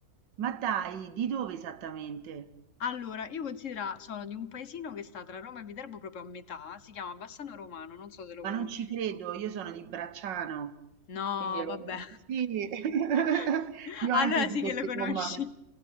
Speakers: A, on the right; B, on the left.
A: Ma dai, di dove esattamente?
B: Allora, io considera, sono di un paesino che sta tra Roma e Viterbo proprio a metà, si chiama Bassano Romano, non so se lo
A: Ma
B: conosci.
A: non ci credo, io sono di Bracciano,
B: No,
A: quindi lo
B: vabbè.
A: sì, <laughs>
B: <laughs>
A: io
B: Allora
A: anche dico
B: sì che lo
A: di
B: conosci.
A: Roma. per-